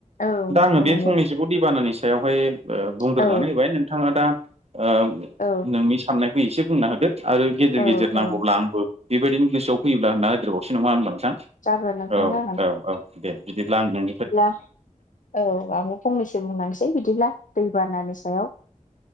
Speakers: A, on the left; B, on the right.
A: औ
B: दा
A: नोंथां
B: आङो बे
A: नंगौ
B: फंनैसोखौ दैबानानि सायावहाय ओ बुंग्रोनानै
A: औ
B: होबाय नोंथाङा दा ओ
A: औ
B: नोंनि साननायखौ एसे बुंना होदो आरो गेजेर
A: औ
B: गेजेर नांगौब्ला
A: औ
B: आंबो बेबायदिनो गोसोआव फैयोब्ला होनना होदेर बावसै नामा होनबा नोंथां
A: जागोन नोंथां
B: औ
A: जागोन
B: औ औ दे। बिदिब्ला आं नों
A: बिदिब्ला औ आंबो फंनैसो बुंलांसै बिदिब्ला दैबानानि सायाव।